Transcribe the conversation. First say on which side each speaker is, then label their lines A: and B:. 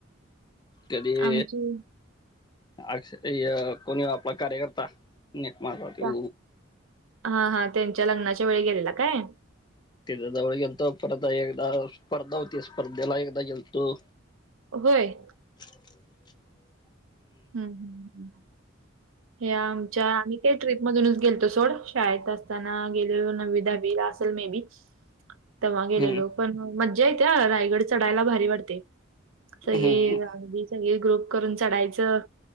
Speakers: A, on the left; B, on the right.
A: कधी
B: आमची
A: आक्ष ह्य कोण ह्यो आपला कार्यकर्ता निक माझा त्यो
B: का हा, हा त्येच्या लग्नाच्या वेळी गेलेला काय?
A: तिथं जवळ गेलतो, परत एकदा स्पर्धा होती स्पर्धेला एकदा गेलतो.
B: व्हय.
A: <unintelligible>
B: हं. हं. हं. हम. या आमच्या आम्ही काय ट्रीप मधूनच गेलतो सोड. शाळेत असताना गेलेलो. नववी दहावीला असल मे बी तेव्हा गेलेलो.
A: हम्म
B: पण म मज्जा येते हां. रायगड चढायला भारी वाटते. सगळी
A: हम्म
B: अगदी- सगळी ग्रुप करून चढायचं.